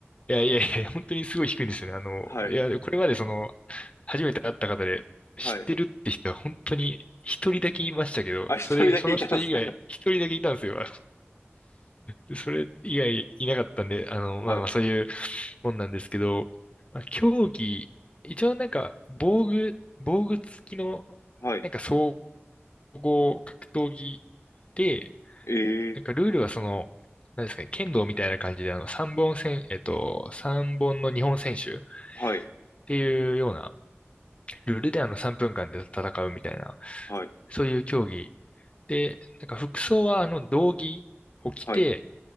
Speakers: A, on the left; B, on the left.
A: いやいやいや、本当にすごい低いんですよね。あの、
B: はい。
A: いや、これまでその、初めて会った方で知ってるって人は本当に一人だけいましたけど、
B: はい。あ、一人だけいたんですか
A: それ、その人以外、一人だけいたんですよ。<laughs> あのそれ以外いなかったんで、あの、
B: はい。
A: まあまあそういうもんなんですけど、まあ、競技、一応なんか防具、防具付きの、
B: はい。
A: なんか総合格闘技で、
B: ええ。
A: なんかルールはその、何ですかね、剣道みたいな感じで、あの、3本戦、えっと、三本の日本選手っ
B: はい。
A: ていうようなルールで、あの、3分間で戦うみたいな、
B: はい。
A: そういう競技。で、なんか服装は、あの、道着を着て、
B: はい。